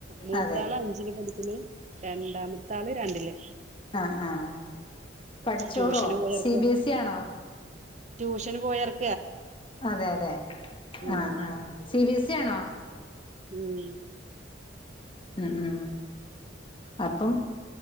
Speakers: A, on the right (about 40°); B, on the left (about 25°).
A: മൂത്താള്
B: അതെ
A: അഞ്ചില് പഠിക്കണ് രണ്ടാമത്തെ ആള് രണ്ടില്
B: ആഹ് ആഹ് പഠിച്ചോളോ
A: ട്യൂഷന് പോയർക്കാ
B: സി ബി എസ് ഇ ആണോ
A: ട്യൂഷന് പോയറ്
B: അതെ അതെ
A: ഉം
B: ആഹ് ആഹ് സി ബി എസ് ഇ ആണോ
A: ഉം
B: ഉം ഉം അപ്പം